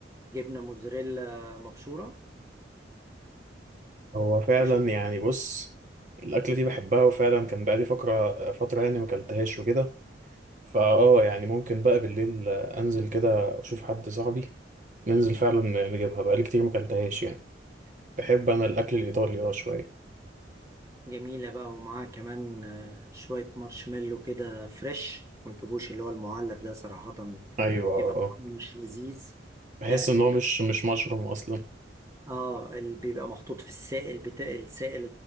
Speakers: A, on the right (about 15°); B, on the right (about 40°).
A: جبنة موزاريلا مبشورة
B: هو فعلا
A: وش
B: يعني بص الاكله دي بحبها وفعلا كان بقالي فتره فتره يعني ما اكلتهاش وكده فاه يعني ممكن بقى بالليل انزل كده اشوف حد صاحبي ننزل فعلا نجيبها بقالي كتير ما اكلتهاش يعني بحب انا الاكل الايطالي اه شويه
A: جميلة بقى ومعاها كمان آه، شوية مارشميلو كده فريش ما تجيبوش اللي هو المعلب ده صراحة
B: ايوه اه
A: بيبقى
B: آه.
A: طعمه مش لذيذ
B: بحس
A: لا ليه
B: ان هو مش مش مشروم اصلا
A: اه اللي بيبقى محطوط في السائل بتاع السائل